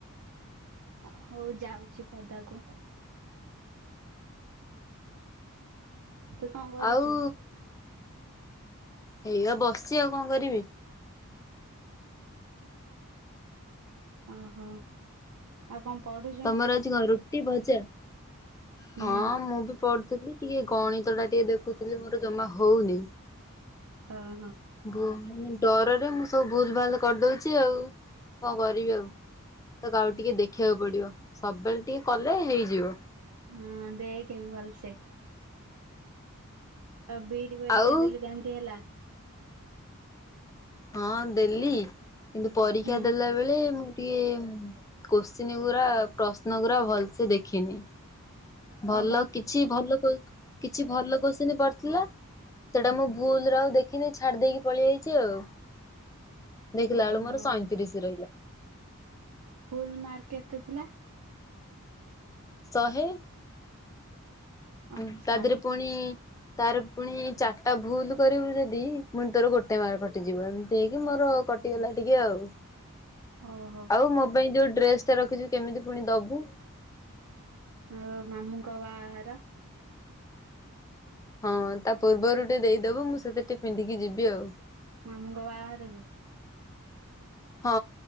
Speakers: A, on the right; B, on the left.
A: ହଉ ଯାଉଚି ପଦାକୁ। ତୁ
B: ଆଉ
A: କରୁଛୁ
B: ହେଇଆ ବସିଚି ଆଉ କଣ କରିବି।
A: ଓହୋ। ଆଉ କଣ ପଢୁଚ୍
B: ତମର ଆଜି କଣ୍ ରୁଟି ଭଜା -ହଁ
A: ହୁଁ
B: ମୁଁ ବି ପଢୁଥିଲି। ଟିକେ ଗଣିତ ଟା ଟିକେ ଦେଖୁଥିଲି ମୋର ଜମା ହଉନି।
A: ଅ- ହଁ।
B: ଭୁ- ଡରରେ ମୁଁ ସବୁ ଭୁଲ୍ ଭାଲ୍ କରିଦଉଚି ଆଉ। କଣ କରିବି ଆଉ ତାକୁ ଆଉ ଟିକେ ଦେଖିବାକୁ ପଡିବ ସବୁବେଳେ ଟିକେ କଲେ ହେଇଯିବ।
A: ହଁ ଦେଖେ ଭଲ୍ ସେ। ଆଉ ବିଇଡି ପରୀକ୍ଷା
B: ଆଉ
A: ଦେଲୁ କେମିତି ହେଲା?
B: ହଁ ଦେଲି କିନ୍ତୁ ପରୀକ୍ଷା
A: ହୁଁ
B: ଦେଲା ବେଳେ ମୁଁ ଟିଏ କୋଶ୍ଚିନ୍ ଗୁରା ପ୍ରଶ୍ନ ଗୁରା ଭଲସେ ଦେଖିନି। ଭଲ
A: କଣ ପାଇଁ
B: କିଛି ଭଲ କୋ କିଛି ଭଲ କୋଶ୍ଚିନ୍ ପଡିଥିଲା। ସେଡା ମୁଁ ଭୁଲରେ ଆଉ ଦେଖିନି ଛାଡି ଦେଇକି ପଳେଇ ଯାଇଚି ଆଉ। ଦେଖିଲା
A: ଓହୋ
B: ବେଳୁକୁ ମୋର ସଇଁତିରିଶି ରହିଲା।
A: ଫୁଲ୍ ମାର୍କ କେତେ ଥିଲା?
B: ଶହେ।
A: ଆଚ୍ଛା
B: ହୁଁ ତା ଦେହରେ ପୁଣି ତାର ପୁଣି ଚାରିଟା ଭୁଲ କରିବୁ ଯଦି ପୁଣି ତୋର ଗୋଟେ ମାର୍କ କଟିଯିବ। ଏମିତି ହେଇକି ମୋର କଟିଗଲା ଟିକିଏ ଆଉ।
A: ଓହୋ
B: ଆଉ ମୋ ପାଇଁ ଯୋଉ ଡ୍ରେସ ଟା ରଖିଚୁ କେମିତି ପୁଣି ଦବୁ?
A: ଆଁ ମାମୁଁଙ୍କ ବାହାଘର।
B: ହଁ ତା ପୂର୍ବରୁ ଟିକିଏ ଦେଇଦବୁ ମୁଁ ସେତି ଟିକିଏ ପିନ୍ଧିକି ଯିବି ଆଉ।
A: ମାମୁଁଙ୍କ ବାହାଘରକୁ?
B: ହଁ